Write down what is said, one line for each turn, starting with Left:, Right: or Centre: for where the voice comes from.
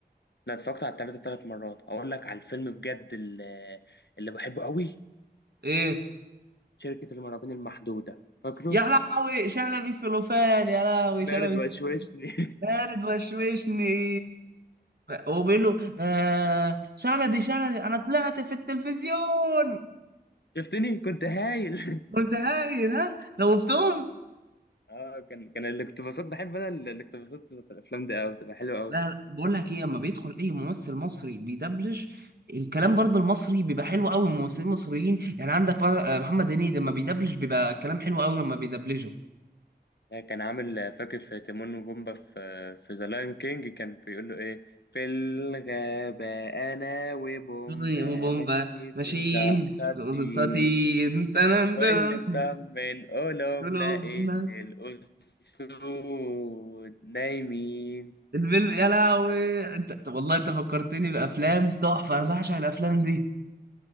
Left: لا اتفرجت على التلاتة تلات مرات اقول لك على الفيلم بجد اللي, اللي بحبه قوي
Right: ايه
Left: شركة المرابين المحدودة فاكره
Right: يا لهوي شلبي سلوفان يا لهوي
Left: برد
Right: شلبي
Left: وشوشني
Right: بارد وشوشني وبيقول له آه شلبي شلبي انا طلعت في التلفزيون
Left: <laughs> شفتني كنت هايل
Right: كنت هايل ها خوفتهم
Left: <laughs> اه كان كان الاقتباسات بحب انا ال- الاقتباسات بتاعت الافلام دي قوي بتبقى حلوه قوي
Right: لا لا بقول لك ايه اما بيدخل اي ممثل مصري بيدبلج الكلام برضه المصري بيبقى حلو قوي ممثلين مصريين يعني عندك بقى- آه، محمد هنيدي لما بيدبلج بيبقى كلام حلو قوي لما بيدبلجه
Left: كان عامل آه، فاكر في تيمون وبومبا في في ذا لاين كينج كان بيقول له ايه في الغابة أنا وبومبا
Right: أيوة، بومبا
Left: ماشيين
Right: ماشيين
Left: مزقشطين
Right: قطاطين تنن
Left: واللي
Right: تنن،
Left: مطمن قلوبنا
Right: قلوبنا
Left: إن الأسود نايمين
Right: الفيلم يا لهوي انت طب والله انت فكرتني بافلام تحفه انا بعشق الافلام دي